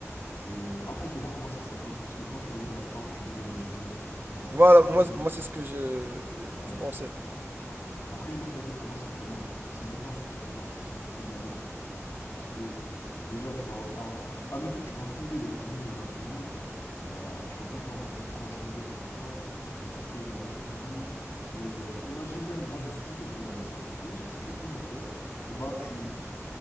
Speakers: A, on the left (about 45°); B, on the right (about 45°).
A: Et euh, après, il faut voir comment ça s'applique. Est-ce que quand tu reviens dans le temps, tu redeviens jeune, tu vois?
B: Voilà,
A: Effectivement.
B: moi, moi c'est ce que je,
A: Ouais.
B: je pensais.
A: Ouais. Après, l'immortalité, pour moi, c'est vraiment... C'est même pas un super pouvoir, c'est un super malus. Parce que, déjà, tu vas... avoir- Admettons que tu vas fonder des familles à l'infini, euh, tu vas tout le temps voir tes proches mourir avant toi, tu vas souffrir à l'infini. Et euh, imagine même, moi je me suis toujours demandé ça, imagine si tu es immortel, et bah tu,